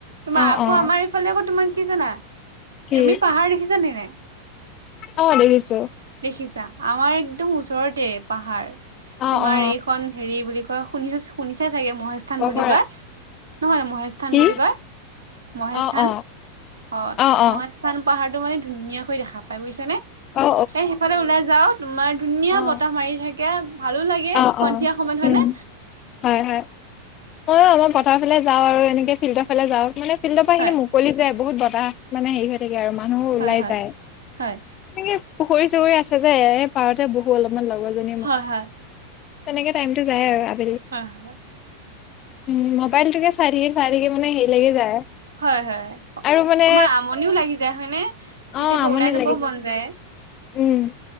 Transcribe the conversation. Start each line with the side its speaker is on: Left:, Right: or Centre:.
Right: তোমাৰ
Left: অ
Right: আকৌ
Left: অ',
Right: আমাৰ এইফালে আকৌ তোমাৰ কি জানা
Left: কি
Right: তুমি পাহাৰ দেখিছানে নাই?
Left: অ', দেখিছোঁ।
Right: দেখিছা, আমাৰ একদম ওচৰতে পাহাৰ,
Left: অ
Right: তোমাৰ
Left: অ
Right: এইখন হেৰি বুলি ক কোৱা শুনিছ শুনিছা চাগে মহেশস্থান
Left: পখৰা
Right: বুলি কয়, নহয়, মহেশস্থান
Left: কি
Right: বুলি কয় মহেশস্থান
Left: অ অ
Right: হয়
Left: অ অ অ
Right: মহেশস্থান পাহাৰটো সেইটো মানে ধুনীয়াকৈ দেখা পাই বুজিছা নে
Left: অ
Right: এ সেই সেইফালে ওলাই যাও তোমাৰ ধুনীয়া
Left: অ
Right: বতাহ মাৰি থাকে ভালো লাগে
Left: অ
Right: সন্ধিয়া
Left: অ',
Right: সময়ত হয়
Left: উম
Right: নে
Left: হয় হয় ময়ো আমাৰ পথাৰ ফালে যাওঁ আৰু এনেক ফিল্ডৰ ফালে যাওঁ মানে ফিল্ডৰ পৰা
Right: হয়
Left: খিনি মুকলি যে। বহুত বতাহ মানে হেৰি হৈ থাকে আৰু মানুহো
Right: হয়
Left: ওলাই
Right: হয়
Left: যায় এনেকে
Right: হয়
Left: পুখুৰী চুখুৰী আছে। যে এই পাৰতে বহু অলপমান লগৰজনী মই।
Right: হয় হয়
Left: তেনেকে টাইমতো যায় আৰু আ ্
Right: আ হয়।
Left: উম মোবাইল তুকে চাইঠাকিম চাইঠাকি মানে হেৰিলাগি যায়।
Right: হয় হয়।
Left: আৰু মানে
Right: তোমাৰ আমনিও লাগি যায় হয়নে কেতিয়াবা
Left: অ আমনি
Right: ওলাই
Left: লাগি
Right: যাবও মন যায়।
Left: উম